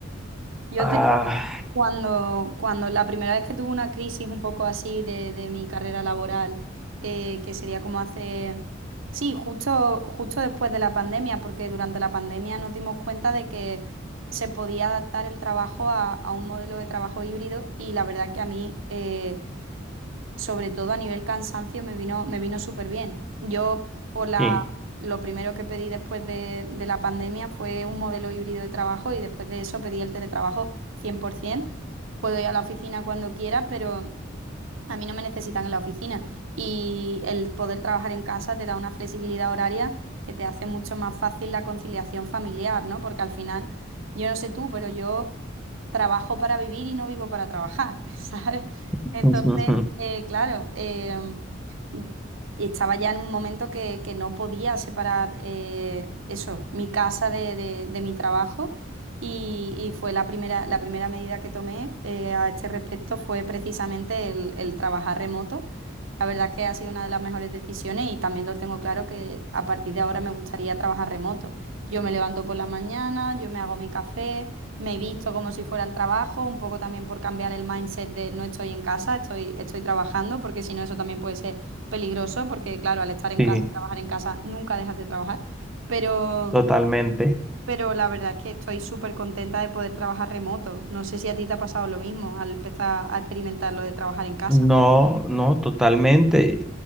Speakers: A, on the right; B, in the centre.
A: Yo
B: Ah,
A: te digo, cuando, cuando la primera vez que tuve una crisis un poco así de, de mi carrera laboral, eh, que sería como hace, sí, justo, justo después de la pandemia, porque durante la pandemia nos dimos cuenta de que se podía adaptar el trabajo a, a un modelo de trabajo híbrido y la verdad que a mí, eh, sobre todo a nivel cansancio, me vino, me vino súper bien. Yo, por la,
B: sí,
A: lo primero que pedí después de, de la pandemia fue un modelo híbrido de trabajo y después de eso pedí el teletrabajo 100%. Puedo ir a la oficina cuando quiera, pero a mí no me necesitan en la oficina y el poder trabajar en casa te da una flexibilidad horaria que te hace mucho más fácil la conciliación familiar, ¿no? Porque al final, yo no sé tú, pero yo trabajo para vivir y no vivo para trabajar, <laughs> ¿sabes?
B: <laughs>
A: Entonces, eh, claro, em, m- estaba ya en un momento que, que no podía separar eh, eso, mi casa de, de- de mi trabajo. Y, y fue la primera, la primera medida que tomé eh, a este respecto fue precisamente el, el trabajar remoto. La verdad es que ha sido una de las mejores decisiones y también lo tengo claro que a partir de ahora me gustaría trabajar remoto. Yo me levanto por la mañana, yo me hago mi café, me visto como si fuera al trabajo, un poco también por cambiar el mindset de no estoy en casa, estoy, estoy trabajando, porque si no eso también puede ser peligroso, porque claro, al estar en
B: sí,
A: casa, trabajar en casa, nunca dejas de trabajar. Pero
B: totalmente.
A: pero la verdad es que estoy súper contenta de poder trabajar remoto. No sé si a ti te ha pasado lo mismo al empezar a experimentar lo de trabajar en casa.
B: No, no, totalmente.